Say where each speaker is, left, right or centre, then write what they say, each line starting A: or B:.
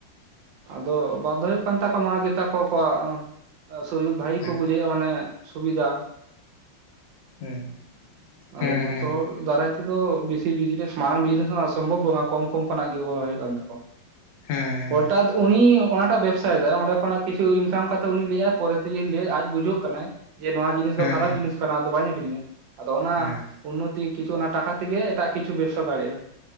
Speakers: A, on the right; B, on the left.
A: ᱟᱫᱚ ᱵᱟᱫᱽᱫᱚ ᱦᱩᱭᱩᱜ ᱠᱟᱱ ᱛᱟᱠᱚᱣᱟ ᱱᱚᱶᱟ ᱜᱮ ᱛᱟᱠᱚ ᱠᱚᱣᱟᱜ ᱥᱩᱡᱩᱠ ᱵᱷᱟᱹᱜᱤ
B: ᱦᱮᱸ
A: ᱵᱩᱡᱷᱟᱹᱣ ᱢᱟᱱᱮ ᱥᱩᱵᱤᱫᱷᱟ
B: ᱦᱮᱸ
A: ᱟᱫᱚ
B: ᱦᱮᱸ ᱦᱮᱸ
A: ᱡᱷᱚᱛᱚ ᱫᱟᱨᱟᱭ ᱛᱮᱫᱚ ᱵᱮᱥᱤ ᱵᱤᱡᱽᱱᱮᱥ ᱢᱟᱨᱟᱝ ᱵᱤᱡᱽᱱᱮᱥ ᱦᱚᱸ ᱥᱚᱢᱵᱷᱚᱵ ᱵᱟᱝᱼᱟ ᱠᱚᱢ ᱠᱚᱢ ᱠᱷᱚᱱᱟᱜ ᱜᱮ ᱠᱚᱨᱟᱣ ᱦᱩᱭᱩᱜ ᱠᱟᱱ ᱛᱟᱠᱚᱣᱟ
B: ᱦᱩᱸ
A: ᱦᱚᱴᱟᱫ ᱩᱱᱤ ᱚᱱᱟᱴᱟᱜ ᱵᱮᱵᱽᱥᱟᱭ ᱮᱫᱟᱭ ᱚᱸᱰᱮ ᱠᱷᱚᱱᱟᱜ ᱠᱤᱪᱷᱩ ᱤᱱᱠᱟᱢ ᱠᱟᱛᱮ ᱩᱱᱤᱭ ᱞᱟᱹᱭᱟᱭ ᱯᱚᱨᱮ ᱛᱮᱜᱮ ᱞᱟᱹᱭᱮᱫ ᱵᱩᱡᱷᱟᱹᱜ ᱠᱟᱱᱟᱭ ᱡᱮ ᱱᱚᱣᱟ ᱡᱤᱱᱤᱥ
B: ᱦᱮᱸ
A: ᱫᱚ ᱠᱷᱟᱨᱟᱯ ᱡᱤᱱᱤᱥ ᱟᱫᱚ ᱵᱟᱹᱧ ᱟᱠᱷᱨᱤᱧᱟ ᱟᱫᱚ ᱚᱱᱟ
B: ᱦᱮᱸ ᱦᱮᱸ
A: ᱩᱱᱱᱚᱛᱤ ᱠᱤᱪᱷᱩ ᱚᱱᱟ ᱴᱟᱠᱟ ᱛᱮᱜᱮ ᱮᱴᱟᱜ ᱠᱤᱪᱷᱩ ᱵᱮᱵᱽᱥᱟ ᱫᱟᱲᱮᱭᱟᱜᱼᱟ